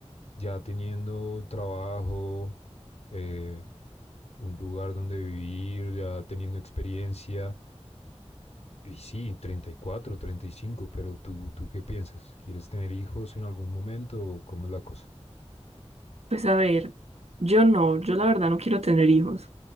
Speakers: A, on the left; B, on the right.
A: ya teniendo trabajo, eh, un lugar donde vivir, ya teniendo experiencia. Y sí, treinta treinta y cuatro, treinta y cinco. pero tú, ¿tú qué piensas? ¿Quieres tener hijos en algún momento o cómo es la cosa?
B: Pues a ver, yo no, yo la verdad no quiero tener hijos,